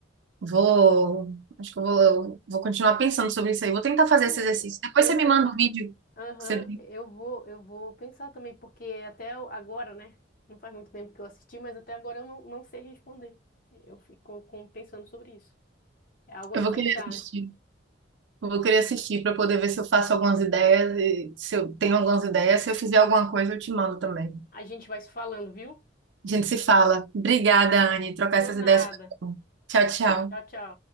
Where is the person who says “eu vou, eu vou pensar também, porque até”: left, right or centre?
Left